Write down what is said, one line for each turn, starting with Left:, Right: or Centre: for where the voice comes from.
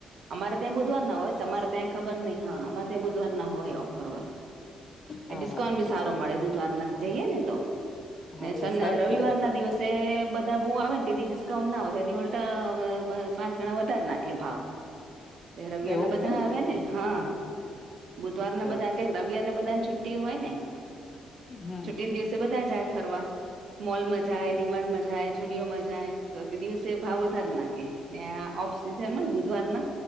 Right: અમારે ત્યાં બુધવારના હોય. તમારે ત્યાં ખબર નહી. હા અમારે ત્યાં બુધવારના હોય ઓફર હોય
Left: હા
Right: ડિસ્કાઉન્ટ
Left: હા
Right: ભી
Left: અચ્છા
Right: સારો મળે. બુધવારના જઈએ ને તો
Left: હા
Right: રવિવાર
Left: એ સારું કેવાય
Right: ના
Left: તો
Right: દિવસ જે બધા બહુ આવે ને તે ડિસ્કાઉન્ટ ના હો. એ ઉલ્ટા પાંચ ગણા વધારે નાખે ભાવ રવિવાર
Left: એવું
Right: ના બધા
Left: હોય એમ
Right: આવ્યા ને.
Left: હમ
Right: એટલે હા બુધવાર
Left: અચ્છા
Right: ના બધા. રવિવારને બધાની છુટ્ટી હોય ને.
Left: હમ
Right: છુટીને દિવસે બધા જાય ફરવા- મોલ મા જાાય, ડીમાર્ટ મા જાાય, જુડિયો મા જાાય, તો તે દિવસે ભાવ વધાર નાખે ઓફ સિઝનમાં ને બુધવાર ના